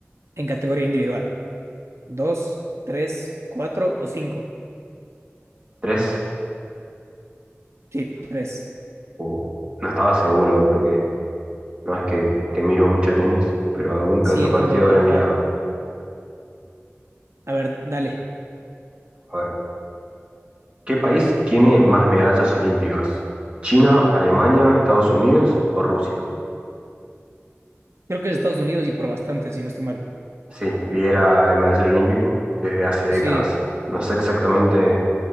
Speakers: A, on the right (about 75°); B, on the right (about 25°).
A: en categoría individual? dos, tres, cuatro o cinco.
B: ¿Tres?
A: Sí, tres.
B: Uh, no estaba seguro porque no es que, que miro mucho tenis, pero algún que
A: Sí,
B: otro partido
A: tampoco,
B: habré
A: ajá.
B: mirado.
A: A ver, dale.
B: A ver, ¿qué país tiene más medallas olímpicas? ¿China, Alemania, Estados Unidos o Rusia?
A: Creo que es Estados Unidos y por bastante, si no estoy mal.
B: Sí, lidera el medallero olímpico desde hace décadas.
A: Sí,
B: No sé exactamente